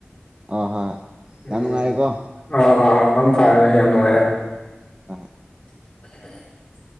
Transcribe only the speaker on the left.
ꯎꯝ
ꯑꯥ ꯃꯪ ꯐꯥꯔꯁꯦ ꯌꯥꯝ ꯅꯨꯡꯉꯥꯏꯔꯦ
<unintelligible>